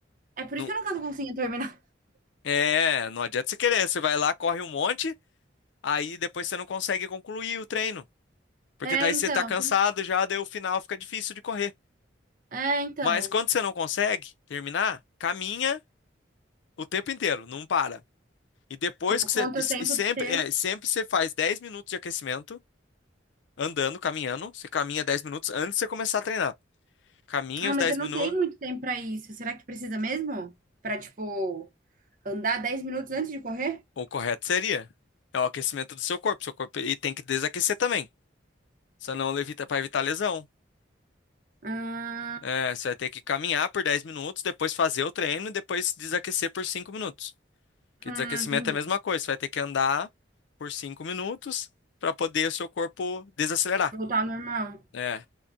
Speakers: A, on the right; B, on the left.
A: É por isso
B: Não,
A: que eu nunca tô conseguindo terminar. <laughs>
B: é, não adianta você querer. Você vai lá, corre um monte, aí depois você não consegue concluir o treino. Porque
A: É,
B: daí
A: então.
B: você tá cansado já, daí o final fica difícil de correr.
A: É, então.
B: Mas quando você não consegue terminar, caminha o tempo inteiro, não para. E depois
A: Tipo,
B: que
A: quanto
B: você. E,
A: tempo
B: e sempre,
A: ter.
B: é, sempre você faz 10 minutos de aquecimento, andando, caminhando. Você caminha 10 minutos antes de você começar a treinar. Caminha
A: Ah,
B: os
A: mas
B: dez
A: eu não
B: minutos.
A: tenho muito tempo pra isso. Será que precisa mesmo? Pra, tipo, andar dez minutos antes de correr?
B: O correto seria. É o aquecimento do seu corpo. Seu corpo e tem que desaquecer também. Senão levita para evitar lesão.
A: Hum,
B: É, você vai ter que caminhar por 10 minutos, depois fazer o treino e depois desaquecer por 5 minutos. Porque
A: hum,
B: desaquecimento
A: entendi.
B: é a mesma coisa. Você vai ter que andar por 5 minutos para poder o seu corpo desacelerar.
A: Voltar ao normal.
B: É,